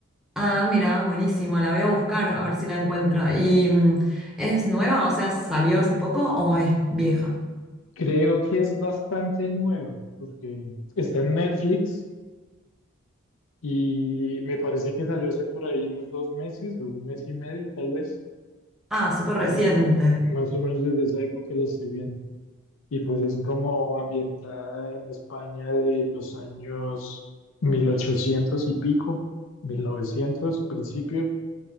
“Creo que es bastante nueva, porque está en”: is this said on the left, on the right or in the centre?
Left